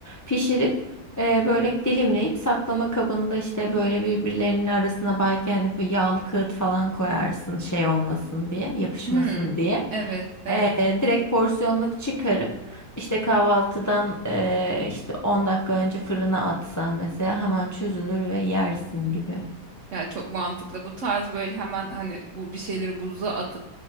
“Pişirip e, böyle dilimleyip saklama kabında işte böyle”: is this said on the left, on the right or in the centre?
Left